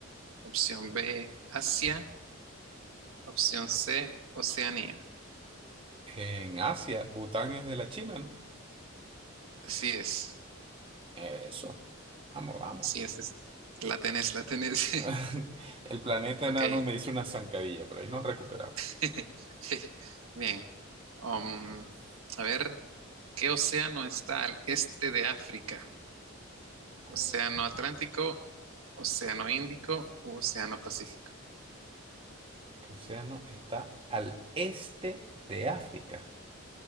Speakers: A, on the right; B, on the right.
A: Opción B, Asia. Opción C, Oceanía.
B: En Asia, Bután es de la China, ¿no?
A: Así es,
B: Eso. Vamos, vamos.
A: así es. es- La tenés, la tenés.
B: <laughs>
A: <laughs>
B: El planeta
A: Ok.
B: enano me hizo una zancadilla, pero ahí nos recuperamos.
A: <laughs> Bien. Um, a ver, ¿qué océano está al este de África?
B: A
A: ¿Océano
B: ver.
A: Atlántico, Océano Índico o Océano Pacífico?
B: ¿Qué océano está al este de África?